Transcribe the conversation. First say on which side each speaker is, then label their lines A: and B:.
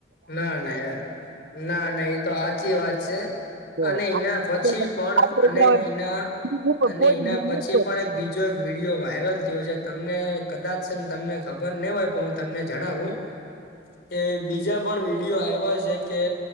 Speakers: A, on the left; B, on the right.
A: ના ના યાર ના ના એ તો સાચી વાત છે.
B: તો
A: અને
B: આપણે
A: એના પછી પણ અને
B: ગયા હોય
A: એના
B: તો ઉપર
A: અને
B: પહોંચી
A: એના
B: જાય
A: પછી
B: નહોતો.
A: પણ એક બીજ જો એક વિડીયો વાયરલ થયો છે તમને કદાચ તમને ખબર નહી હોય પણ હું તમને જણાવું કે બીજા પણ વિડીયો આઇવા છે કે